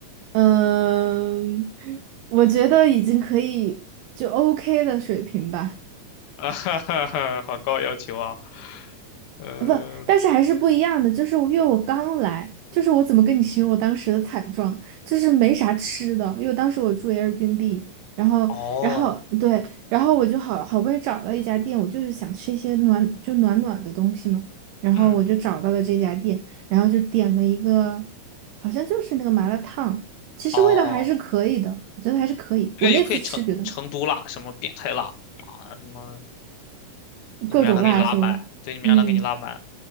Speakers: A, on the right; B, on the left.
A: 嗯，<laughs> 我觉得已经可以就 OK 的水平吧。
B: 啊，<laughs> 哈哈哈，好高要求啊。呃，
A: 不，但是还是不一样的。就是我因为我刚来，就是我怎么跟你形容我当时的惨状，就是没啥吃的，因为当时我住 Airbnb，然后，
B: 哦，
A: 然后对，然后我就好好不容易找到一家店，我就是想吃一些暖就暖暖的东西嘛，然后我就找到了这家店，
B: 嗯，
A: 然后就点了一个，好像就是那个麻辣烫，其实味道还是可以的，
B: 哦，
A: 我觉得还是可以。
B: 对，
A: 我那次吃觉得
B: 也可以成成都辣，什么变态辣啊，什么你们让他给你拉满，
A: 各种辣是吗？
B: 对，你们让他给你拉满
A: 嗯。